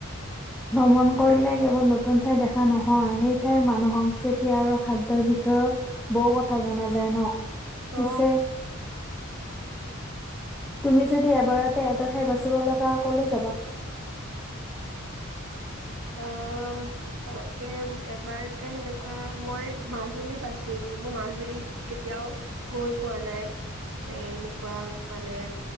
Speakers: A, in the centre; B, on the right.
A: ভ্ৰমণ কৰিলে কেৱল নতুন ঠাই দেখা নহয় সেই ঠাইৰ মানুহ সংস্কৃতি আৰু খাদ্যৰ বিষয়ে। বৌ কথা জনা যায় ন। পিছে
B: অ।
A: তুমি যদি এবাৰতে এটা ঠাই বাচিব লগা কলৈ যাবা।
B: অহ তাকে। এবাৰতে সেনেকুৱা মই মাজুলী বাচিম মোৰ মাজুলীত কেতিয়াও। গৈ পোৱা নাই এ এনেকুৱা মানে।